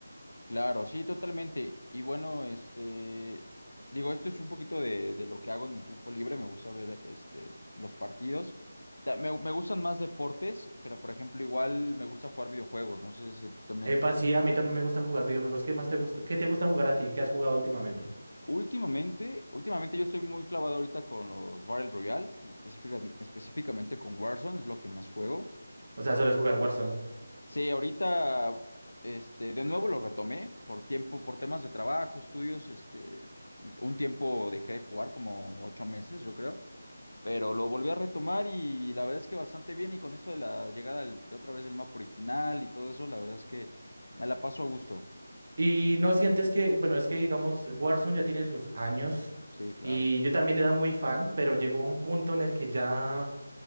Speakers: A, on the left (about 85°); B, on the right (about 50°).
A: Claro, sí, totalmente. Y bueno, este, digo, esto es un poquito de, de lo que hago en mi tiempo libre. Me gusta ver, este, los partidos. Ta- Me, me gustan más deportes, pero por ejemplo, igual me gusta jugar videojuegos. No sé si a ti también.
B: Epa, sí, a mí también me gusta jugar videojuegos. ¿Qué más te gusta? ¿Qué te gusta jugar a ti? ¿Qué has jugado últimamente?
A: Últimamente, últimamente yo estoy muy clavado ahorita con los Battle Royale, específica- específicamente con Warzone, es lo que más juego.
B: O sea, ¿sueles jugar Warzone?
A: Sí, ahorita, este, de nuevo lo retomé por tiempo, por temas de trabajo, estudios, este, un tiempo dejé de jugar como ocho meses, yo creo, pero lo volví a retomar y la verdad es que bastante bien y con eso de la llegada al- de otra vez del mapa original y todo eso, la verdad es que me la paso a gusto.
B: Y no sientes que, bueno, es que digamos, Warzone ya tiene sus años
A: Sí, claro.
B: y yo también era muy fan, pero llegó un punto en el que ya